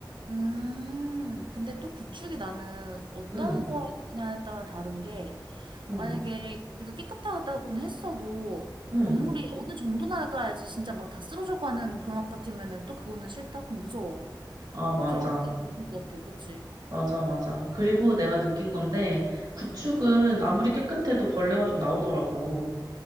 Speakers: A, on the right (about 85°); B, on the right (about 60°).
A: 음, 근데 또 구축이 나는 어떤
B: 응,
A: 거냐에 따라 다른 게,
B: 응,
A: 만약에 네가 깨끗하다고는 했어도
B: 응.
A: 건물이 어느 정도 낡아야지 진짜 막 다 쓰러져 가는 그런 아파트면은 또 그거는 싫다? 그건 무서워.
B: 아, 맞아.
A: 들어보기도 무서울 것 같아, 그치?
B: 맞아, 맞아. 그리고 내가 느낀 건데, 구축은
A: 음.
B: 아무리 깨끗해도 벌레가 좀 나오더라고.